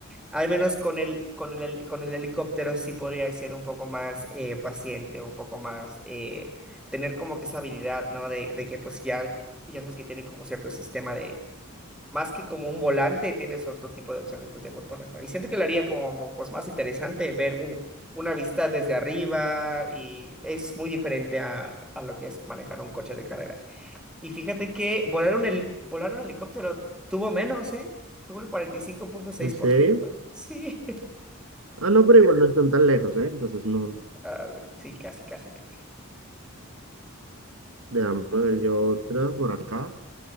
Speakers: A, in the centre; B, on the right.
A: Al menos con el, con el, hel- con el helicóptero sí podría ser un poco más eh, paciente, un poco más, eh, tener como que esa habilidad, ¿no? De, de que pues ya, ya sabes que tiene como cierto sistema de, más que como un volante, tienes otro tipo de opciones pues de botones, ¿no? Y siento que lo haría como pues más interesante ver un, una vista desde arriba y es muy diferente a, a lo que es manejar un coche de carreras. Y fíjate que volar un, heli- volar un helicóptero tuvo menos, ¿eh? Tuvo el 45.6%.
B: ¿En serio?
A: Sí. <laughs>
B: Ah, no, pero igual no están tan lejos, ¿eh? Entonces no,
A: A ver, sí, casi, casi, casi.
B: déjame ver yo otra por acá,